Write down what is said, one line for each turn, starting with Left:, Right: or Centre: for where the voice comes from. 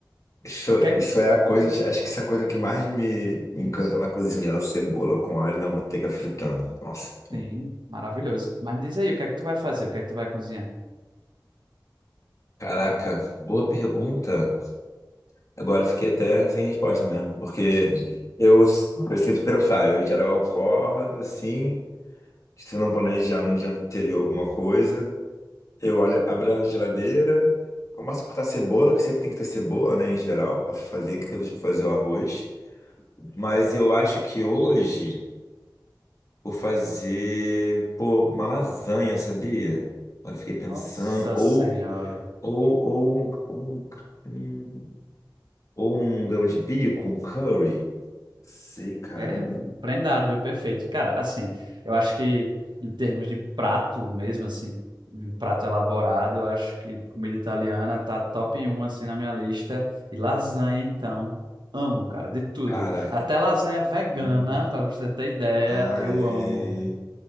Left: Isso,
Right: Que...
Left: isso é a coisa, acho que isso é a coisa que mais me me encanta na cozinha, é a cebola com alho na manteiga fritando. Nossa, que bom.
Right: Sim, maravilhoso. Mas me diz aí, o que é que tu vai fazer? O que é que tu vai cozinhar?
Left: Caraca, boa pergunta. Agora eu fiquei até sem resposta mesmo, porque eu s- preciso pensar. Eu, em geral, eu acordo assim, se eu não planejar no dia anterior alguma coisa, eu olho, abro a geladeira, começo a cortar cebola, que sempre tem que ter cebola, né, em geral, para fazer, que você fazer o arroz. Mas eu acho que hoje. Vou fazer, pô, uma lasanha, sabia? Agora eu fiquei pensando.
Right: Nossa
Left: Ou,
Right: Senhora.
Left: ou, ou, um, um- hum, ou um grão de bico, um curry. Sei, cara.
Right: É prendado, viu? Perfeito. Cara, assim, eu acho que em termos de prato mesmo, assim, um prato elaborado, eu acho que comida italiana tá top um assim, na minha lista. E lasanha, então, amo, cara, de tudo.
Left: Cara,
Right: Até lasanha vegana,
Left: hum,
Right: pra você ter ideia,
Left: ai,
Right: eu amo.